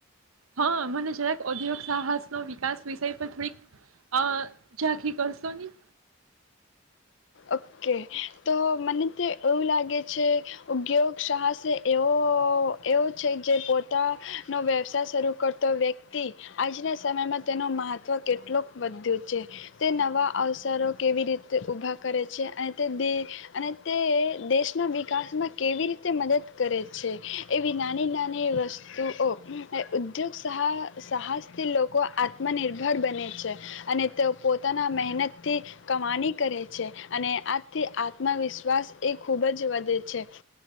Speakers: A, on the right (about 85°); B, on the left (about 60°).
A: હા મને જરાક દ્યોગ સાહસનો વિકાસ વિષય પણ થોડીક અ જાગી કરશો ની.
B: ઓકે, તો મને તો એવું લાગે છે ઉદ્યોગ સાહસે એવો એવો છે જે પોતાનો વ્યવસાય શરૂ કરતો વ્યક્તિ આજના સમયમાં તેનું મહત્ત્વ કેટલોક વધ્યો છે, તે નવા અવસરો કેવી રીતે ઊભા કરે છે અને તે દ અને તે દેશના વિકાસમાં કેવી રીતે મદદ કરે છે. એવી નાની નાની વસ્તુઓ ઉદ્યોગ સહ સાહસથી લોકો આત્મનિર્ભર બને છે અને તેઓ પોતાના મહેનતથી કમાની કરે છે. છે અને આજથી આત્મવિશ્વાસ એ ખૂબ જ વધે છે.